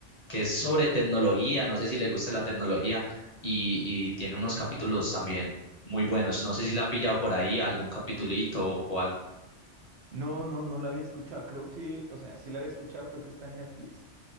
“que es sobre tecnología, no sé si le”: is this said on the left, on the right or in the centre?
Left